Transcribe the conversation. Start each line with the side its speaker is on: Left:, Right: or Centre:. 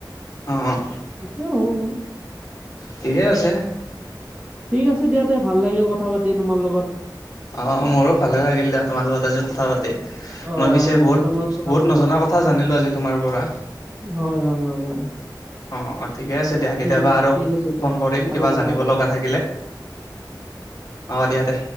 Left: অ‌ অ
Right: এইটোৱেই ভাবোঁ মই।
Left: ঠিকেই আছে।
Right: ঠিক আছে দিয়া। তে ভাল লাগিল কথা পাতি তোমাৰ লগত।
Left: অ মোৰো ভালে লাগিল দিয়া। তোমাৰ লগত আজি কথা পাতি।
Right: অ
Left: মই পিছে বহুত
Right: দিনৰ মূৰত কথা
Left: বহুত
Right: পাতিলো
Left: নজনা কথা জানিলো আজি তোমাৰ পৰা
Right: হয় হয় হয় হয়।
Left: অ অ ঠিকে আছে দিয়া। কেতিয়াবা
Right: ঠিক
Left: আৰু
Right: ঠিক আছে দিয়া
Left: ফোন কৰিম
Right: আৰু
Left: কিবা
Right: কথা
Left: জানিব
Right: পাতিম
Left: লগা থাকিলে অ দিয়া দে।